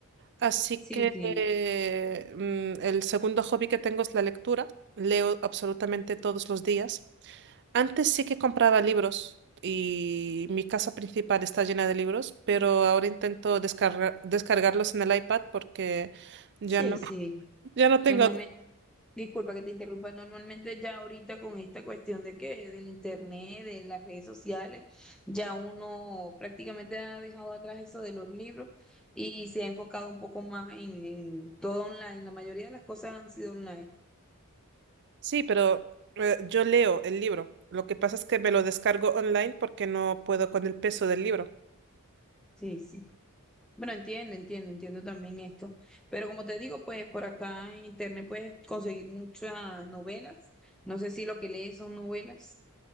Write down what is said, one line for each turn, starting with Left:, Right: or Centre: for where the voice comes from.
Right: Así
Centre: Sí,
Right: que
Centre: sí,
Right: eh, mm, el segundo hobby que tengo es la lectura. Leo absolutamente todos los días. Antes sí que compraba libros y mi casa principal está llena de libros, pero ahora intento descargar- descargarlos en el iPad porque ya
Centre: sí,
Right: no,
Centre: sí.
Right: <laughs> ya no tengo.
Centre: Normalmente. Disculpa que te interrumpa. Normalmente ya ahorita con esta cuestión de que del internet, de las redes sociales, ya uno prácticamente ha dejado atrás eso de los libros y se ha enfocado un poco más en, en todo online. La mayoría de las cosas han sido online.
Right: Sí, pero eh, yo leo el libro. Lo que pasa es que me lo descargo online porque no puedo con el peso del libro.
Centre: Sí, sí. Bueno, entiendo, entiendo, entiendo también esto. Pero como te digo, pues por acá en internet puedes conseguir muchas novelas. No sé si lo que lees son novelas.